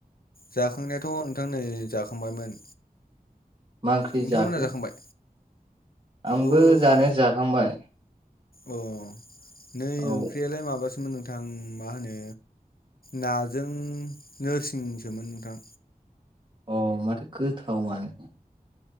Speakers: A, on the left (about 75°); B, on the right (about 30°).
A: जाखांनायाथ' नोंथां नै जाखांबायमोन
B: मा ओंख्रि
A: नोंथांमोना
B: जाखो?
A: जाखांबाय
B: आंबो
A: औ ओं
B: जानाया जाखांबाय
A: अ नै
B: औ
A: ओंख्रियालाय माबासोमोन नोंथां मा होनो नाजों नोरसिंसोमोन नोंथां
B: ओ माथो गोथाव आनो